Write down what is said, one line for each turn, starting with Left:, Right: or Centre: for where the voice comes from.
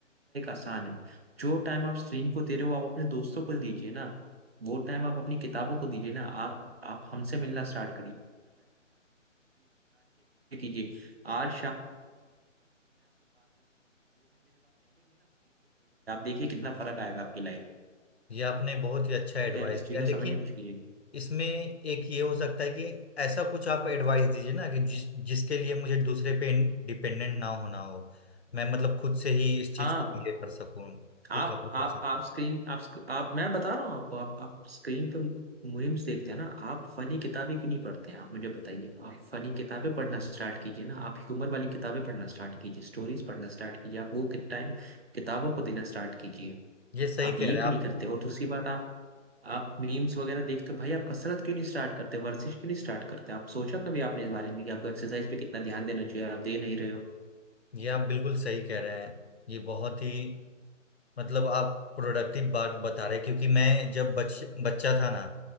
Right: कराना है जो जो आप अपने ना वो टाइम आप अपने किताबों को दीजिए ना आप आपका स्टार्ट कीजिए आज ये कितना लगेगा आपकी लाइफ
Left: ये आपने बहुत ही अच्छा
Right: ठीक
Left: एडवाइस
Right: है
Left: दिया लेकिन
Right: ये-
Left: इसमें एक ये हो सकता है कि ऐसा कुछ आप एडवाइस दीजिए ना कि जिस जिसके लिए मुझे दूसरे पे डिपेंडेंट ना होना हो मैं मतलब खुद से ही इस चीज
Right: हाँ
Left: को ये कर सकूँ
Right: आप
Left: रिकवर
Right: आप
Left: कर सकूँ
Right: आप स्क्रीन आप स्क- आप मैं बता रहा हूँ आपको आप, आप स्क्रीन पे मीम्स देखते हैं ना आप फनी किताबें क्यों नहीं पढ़ते हैं आप मुझे बताइए आप फनी किताबें पढ़ना स्टार्ट कीजिए ना आप ह्यूमर वाली किताबें पढ़ना स्टार्ट कीजिए स्टोरीज पढ़ना स्टार्ट कीजिए आप वो टाइम किताबों को देना स्टार्ट कीजिए
Left: ये सही
Right: आप
Left: कह
Right: ये
Left: रहे
Right: क्यों
Left: हैं आप
Right: नहीं करते और दूसरी बात आप आप मीम्स वगैरह देखते हो भाई आप कसरत क्यों नहीं स्टार्ट करते वर्जिश क्यों नहीं स्टार्ट करते आप सोचा कभी आपने इस बारे में कि आपको एक्सरसाइज पे कितना ध्यान देना चाहिए आप दे नहीं रहे हो
Left: ये आप बिल्कुल सही कह रहे हैं ये बहुत ही मतलब आप प्रोडक्टिव बात बता रहे हैं क्योंकि मैं जब बच बच्चा था ना